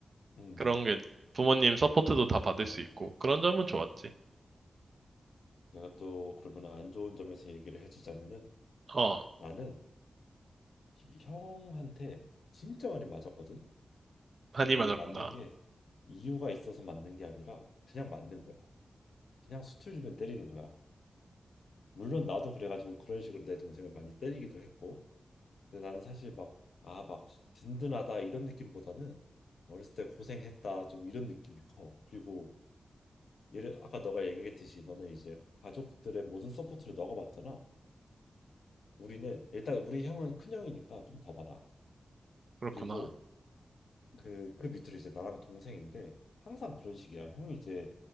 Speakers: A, on the left (about 80°); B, on the right (about 50°).
A: 음.
B: 그런 게 부모님 서포트도 다 받을 수 있고. 그런 점은 좋았지.
A: 내가 또 그러면 안 좋은 점에서 얘기를 해주자면은
B: 어,
A: 나는 히- 형한테 진짜 많이 맞았거든.
B: 한이
A: 근데
B: 맞았구나.
A: 이 맞는 게 이유가 있어서 맞는 게 아니라 그냥 맞는 거야. 그냥 수틀 주면 때리는 거야. 물론 나도 그래가지고 그런 식으로 내 동생을 많이 때리기도 했고. 근데 나는 사실 막 아, 막 든든하다 이런 느낌보다는 어렸을 때 고생했다 좀 이런 느낌이 커. 그리고 예를 아까 너가 얘기했듯이 너는 이제 가족들의 모든 서포트를 너가 받잖아. 우리는 일단 우리 형은 큰 형이니까 좀 더 받아.
B: 그렇구나.
A: 그리고 그 그 밑으로 이제 나랑 동생인데 항상 그런 식이야. 형이 이제